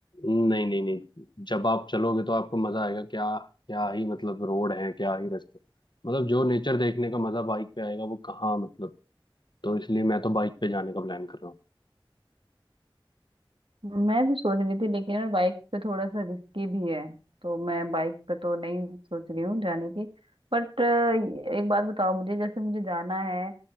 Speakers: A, on the left (about 55°); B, on the right (about 70°).
A: नहीं नहीं नहीं जब आप चलोगे तो आपको मजा आएगा क्या क्या ही मतलब रोड है क्या ही रास्ते मतलब जो नेचर देखने का मजा बाइक पे आएगा वो कहाँ मतलब तो इसलिए मैं तो बाइक पे जाने का प्लान कर रहा हूँ
B: मैं भी सोच रही थी लेकिन यार बाइक पे थोड़ा सा रिस्की भी है तो मैं बाइक पे तो नहीं सोच रही हूँ जाने की बट एक बात बताओ मुझे जैसे मुझे जाना है